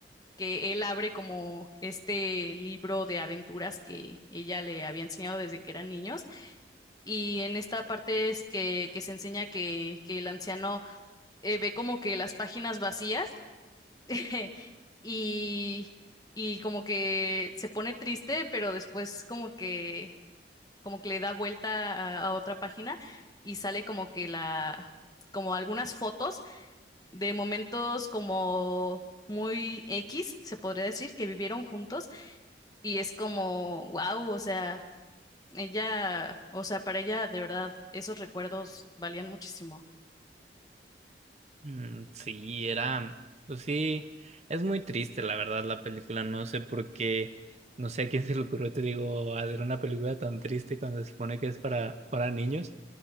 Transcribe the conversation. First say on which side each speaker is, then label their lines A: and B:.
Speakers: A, on the left; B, on the right.
A: que él abre como este libro de aventuras que ella le había enseñado desde que eran niños. Y en esta parte es que, que se enseña que, que el anciano eh, ve como que las páginas vacías <laughs> y, y como que se pone triste, pero después como que, como que le da vuelta a, a otra página y sale como que la, como algunas fotos de momentos como muy X, se podría decir, que vivieron juntos y es como, wow, o sea, ella, o sea, para ella de verdad esos recuerdos valían muchísimo.
B: Mm, sí, era, pues sí, es muy triste la verdad la película, no sé por qué, no sé a quién se le ocurrió, te digo, hacer una película tan triste cuando se supone que es para, para niños,